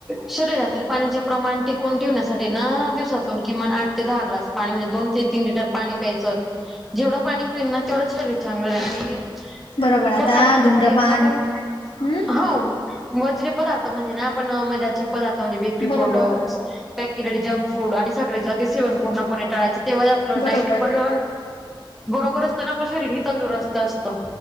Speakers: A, in the centre; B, on the left.
A: शरीरातील पाण्याचे प्रमाण टिकून ठेवण्यासाठी ना दिवसातून किमान आठ ते दहा ग्लास पाणी म्हणजे दोन ते तीन लिटर पाणी प्यायचं जेवढं पाणी पील ना तेवढं शरीर चांगलं आणि
B: बरोबर आता
A: पदार्थ म्हणजेे
B: धूम्रपान
A: आपण
B: हम्म
A: हो <unintelligible> वझरे पदार्थ म्हणजे ना मैद्याचे पदार्थ म्हणजे बेकरी
B: बरोबर
A: प्रॉडक्ट जंक फूड आणि साखरेच अति सेवन पूर्णपणे टाळायच आपलं
B: बरोबर.
A: डाईट पण बरोबर असताना आपलं शरीर ह तंदुरस्त असतं.